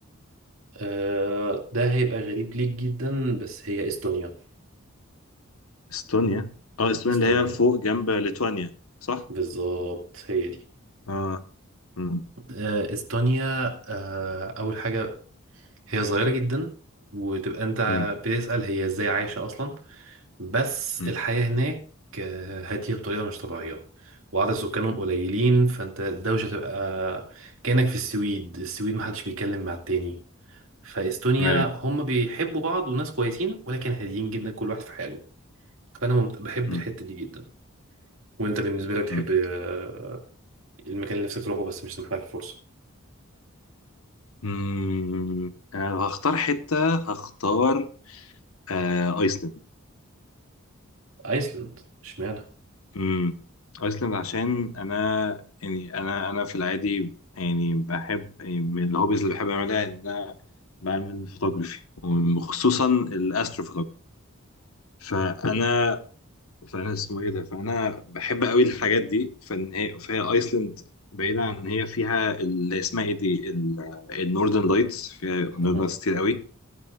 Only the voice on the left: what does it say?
استونيا اه استونيا
اللي هي فوق جنب ليتوانيا صح
اه امم
امم
امم
ايوه
امم
امم
امم آه، هختار حتة هختار آه ايسلند
امم ايسلند عشان انا يعني انا انا في العادي يعني بحب يعني من الهوبيز اللي بحب اعملها ان انا بعمل فوتوغرافي وخصوصا الاسترو فانا فانا اسمه ايه ده فانا بحب قوي الحاجات دي فان هي فهي ايسلند بعيدا عن ان هي فيها اللي اسمها ايه دي النوردن لايتس فيها نوردن
لايتس كتير قوي